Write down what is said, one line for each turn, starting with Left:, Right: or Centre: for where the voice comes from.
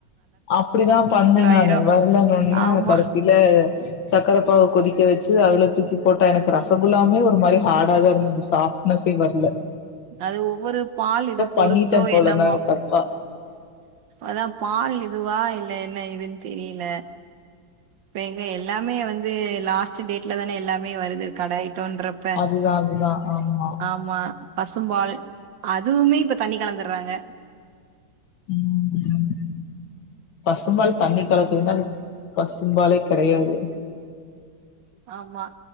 Left: அப்டிதா பண்ணங்க
Right: ஆயிரு
Left: ஆனா வரலன்ன ஒன்ன
Right: ஆமா
Left: கடசில சக்கர பாகு கொதி து வச்சு அதுல தூக்கி போட்டா எனக்கு ரசகுல்லாமே ஒரு மாரி ஹாடா தா இருந்தது சாப்ட்னஸே வர்ல
Right: அது ஒவ்வொரு பால் இத பொறுத்தோ
Left: பண்ணிட்டே போல
Right: என்னமோ
Left: நானு தப்பா
Right: அதா பால் இதுவா இல்ல என்ன ஏதுன்னு தெரியல இப்ப எங்க எல்லாமே வந்து லாஸ்ட் டேட்ல தானே எல்லாமே வருது கட ஐட்டோன்றப்
Left: அதுதா அதுதா ஆமா
Right: ஆமா பசும்பால் அதுவுமே இப்ப தண்ணி கலந்துறாங்க
Left: ம் ம் பசும்பால் தண்ணி கலக்கலனா அது பசும்பாலே கிடையாது
Right: ஆமா